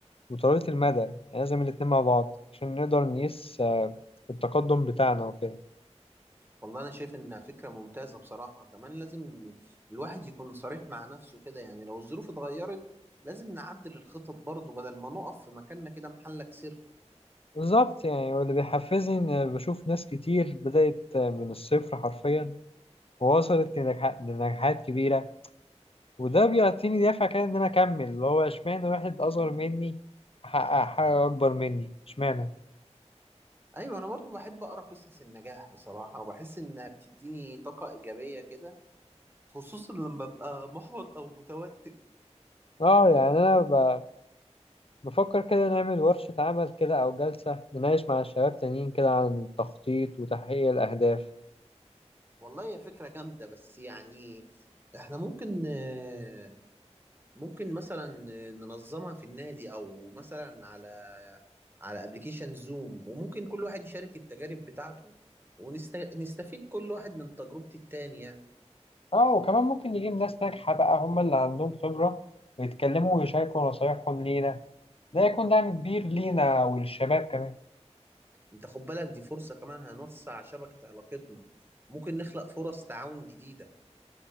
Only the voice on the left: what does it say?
وطويله المدى يعني لازم الاتنين مع بعض عشان نقدر نقيس آه، التقدم بتاعنا وكده
بالظبط يعني واللي بيحفزني ان بشوف ناس كتير بدات آه، من الصفر حرفيا ووصلت لنجاح- لنجاحات كبيره وده بيعطيني دافع كده ان انا اكمل اللي هو اشمعنى واحد اصغر مني حقق حاجه اكبر مني اشمعنى
اه يعني انا ب- بفكر كده نعمل ورشه عمل كده او جلسه نناقش مع الشباب تانيين كده عن التخطيط وتحقيق الاهداف
اه وكمان ممكن نجيب ناس ناجحه بقى هم اللي عندهم خبره ويتكلموا ويشاركوا نصايحهم لينا ده هيكون دعم كبير لينا وللشباب كمان